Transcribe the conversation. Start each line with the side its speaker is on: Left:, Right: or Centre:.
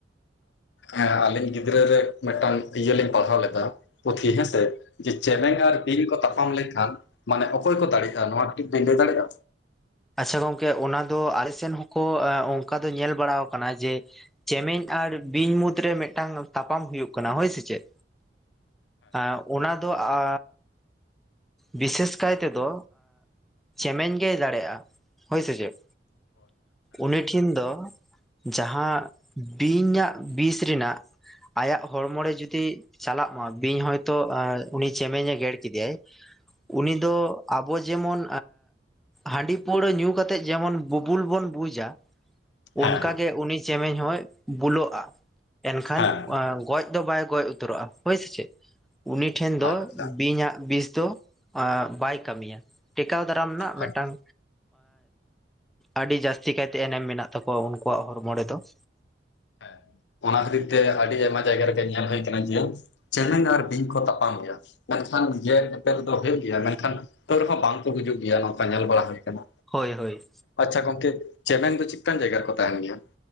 Left: ᱦᱮᱸ ᱟᱞᱤᱧ ᱜᱤᱫᱽᱨᱟᱹ ᱨᱮ ᱢᱤᱫᱴᱟᱝ ᱤᱭᱟᱹᱞᱤᱧ ᱯᱟᱲᱦᱟᱣ ᱞᱮᱫᱟ ᱯᱩᱛᱷᱤ ᱦᱮᱸ ᱥᱮ ᱪᱮᱫ ᱡᱮ ᱪᱮᱢᱮᱧ ᱟᱨ ᱵᱤᱧ ᱠᱚ ᱛᱟᱯᱟᱢ ᱞᱮᱱᱠᱷᱟᱱ ᱢᱟᱱᱮ ᱚᱠᱚᱭ ᱠᱚ ᱫᱟᱲᱮᱭᱟᱜᱼᱟ? ᱱᱚᱣᱟ ᱠᱟᱹᱴᱤᱡ ᱵᱤᱱ ᱞᱟᱹᱭ ᱫᱟᱲᱮᱭᱟᱜᱼᱟ?
Centre: ᱟᱪᱪᱷᱟ ᱜᱚᱝᱠᱮ ᱚᱱᱟ ᱫᱚ ᱟᱞᱮ ᱥᱮᱱ ᱦᱚᱸᱠᱚ ᱚᱱᱠᱟ ᱫᱚ ᱧᱮᱞ ᱵᱟᱲᱟᱣ ᱠᱟᱱᱟ ᱡᱮ ᱪᱮᱢᱮᱧ ᱟᱨ ᱵᱤᱧ ᱢᱩᱫᱽᱨᱮ ᱢᱤᱫᱴᱟᱝ ᱛᱟᱯᱟᱢ ᱦᱩᱭᱩᱜ ᱠᱟᱱᱟ ᱾ ᱦᱳᱭ ᱥᱮ ᱪᱮᱫ? ᱟᱸ ᱚᱱᱟ ᱫᱚ ᱟᱻ ᱵᱤᱥᱮᱥ ᱠᱟᱭ ᱛᱮᱫᱚ ᱪᱮᱢᱮᱧ ᱜᱮᱭ ᱫᱟᱲᱮᱜᱼᱟ ᱾ ᱦᱳᱭ ᱥᱮ ᱪᱮᱫ ᱩᱱᱤ ᱴᱷᱮᱱ ᱫᱚ ᱡᱟᱦᱟᱸ ᱵᱤᱧᱟᱜ ᱵᱤᱥ ᱨᱮᱱᱟᱜ ᱟᱭᱟᱜ ᱦᱚᱲᱢᱚ ᱨᱮ ᱡᱩᱫᱤ ᱪᱟᱞᱟᱜ ᱢᱟ ᱵᱤᱧ ᱦᱳᱭᱛᱳ ᱩᱱᱤ ᱪᱮᱢᱮᱧᱮ ᱜᱮᱨ ᱠᱮᱫᱮᱭᱟᱭ ᱩᱱᱤ ᱫᱚ ᱟᱵᱚ ᱡᱮᱢᱚᱱ ᱦᱟᱺᱰᱤ ᱯᱩᱲᱟᱹ ᱧᱩ ᱠᱟᱛᱮ ᱡᱮᱢᱚᱱ ᱵᱩᱵᱩᱞ ᱵᱚᱱ ᱵᱩᱡᱟ ᱚᱱᱠᱟ
Left: ᱦᱮᱸ ᱦᱮᱸ
Centre: ᱜᱮ ᱩᱱᱤ ᱪᱮᱢᱮᱧ ᱦᱚᱸᱭ ᱵᱩᱞᱟᱹᱜᱼᱟ ᱮᱱᱠᱷᱟᱱ
Left: ᱦᱮᱸ
Centre: ᱜᱚᱡ ᱫᱚ ᱵᱟᱭ ᱜᱚᱡ ᱩᱛᱟᱹᱨᱚᱜᱼᱟ ᱦᱳᱭ ᱥᱮ ᱪᱮᱫ ᱾ ᱩᱱᱤ ᱴᱷᱮᱱ
Left: ᱟᱪᱪᱷᱟ
Centre: ᱫᱚ ᱵᱤᱧᱟᱜ ᱵᱤᱥ ᱫᱚ ᱵᱟᱭ ᱠᱟᱹᱢᱤᱭᱟ ᱴᱮᱠᱟᱣ ᱫᱟᱨᱟᱢ ᱨᱮᱱᱟᱜ
Left: ᱦᱮᱸ
Centre: ᱢᱤᱫᱴᱟᱝ ᱟᱹᱰᱤ ᱡᱟᱹᱥᱛᱤ ᱠᱟᱭᱛᱮ ᱮᱱᱮᱢ ᱢᱮᱱᱟᱜ ᱛᱟᱠᱚᱣᱟ ᱩᱱᱠᱩᱣᱟᱜ ᱦᱚᱲᱢᱚ ᱨᱮᱫᱚ ᱾
Left: ᱦᱮᱸ ᱚᱱᱟ ᱠᱷᱟᱹᱛᱤᱨ ᱛᱮ ᱟᱹᱰᱤ ᱟᱭᱢᱟ ᱡᱟᱭᱜᱟ ᱨᱮᱜᱮ ᱧᱮᱞ ᱦᱩᱭ ᱟᱠᱟᱱᱟ ᱡᱮ ᱪᱮᱢᱮᱧ ᱟᱨ ᱵᱤᱧ ᱠᱚ ᱛᱟᱯᱟᱢ ᱜᱮᱭᱟ᱾ ᱢᱮᱱᱠᱷᱟᱱ ᱜᱮᱨ ᱜᱮᱳᱮᱨ ᱫᱚ ᱦᱩᱭᱩᱜ ᱜᱮᱭᱟ ᱢᱮᱱᱠᱷᱟᱱ ᱛᱟᱹᱣ ᱨᱮᱦᱚᱸ ᱵᱟᱝᱠᱚ ᱜᱩᱡᱩᱜ ᱜᱮᱭᱟ ᱱᱚᱝᱠᱟ ᱧᱮᱞ ᱵᱟᱲᱟ ᱦᱩᱭ ᱟᱠᱟᱱᱟ᱾
Centre: ᱦᱳᱭ ᱦᱳᱭ᱾
Left: ᱟᱪᱪᱷᱟ ᱜᱚᱢᱠᱮ ᱪᱮᱢᱮᱧ ᱫᱚ ᱪᱮᱫ ᱞᱮᱠᱟᱱ ᱡᱟᱭᱜᱟ ᱨᱮᱠᱚ ᱛᱟᱦᱮᱱ ᱜᱮᱭᱟ?